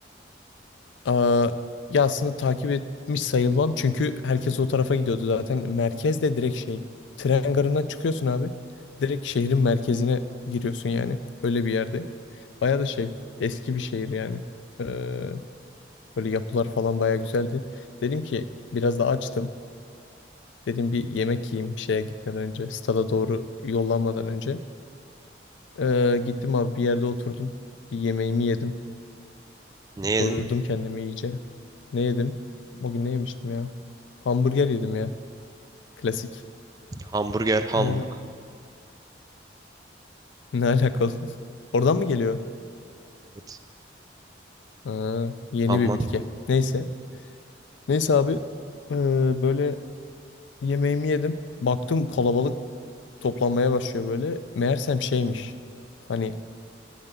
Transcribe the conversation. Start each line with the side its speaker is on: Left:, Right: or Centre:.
Left: Aa, ya aslında takip etmiş sayılmam. Çünkü herkes o tarafa gidiyordu zaten. Merkezde direkt şey. Tren garından çıkıyorsun abi. Direkt şehrin merkezine giriyorsun yani. Öyle bir yerde. Baya da şey. Eski bir şehir yani. Ee, böyle yapılar falan baya güzeldi. Dedim ki biraz da açtım. Dedim bir yemek yiyeyim şeye gitmeden önce. Stada doğru yollanmadan önce. Ee, gittim abi bir yerde oturdum. Bir yemeğimi yedim.
Right: Ne yedin?
Left: Doyurdum kendimi iyice. Ne yedim? O gün ne yemiştim ya? Hamburger yedim ya. Klasik.
Right: Hamburger, Hamburg.
Left: Ee, ne alakalı? <laughs> Oradan mı geliyor?
Right: Evet.
Left: Aa, yeni
Right: Alman.
Left: bir bilgi. Neyse. Neyse abi. ee, böyle yemeğimi yedim. Baktım kalabalık toplanmaya başlıyor böyle. Meğersem şeymiş. Hani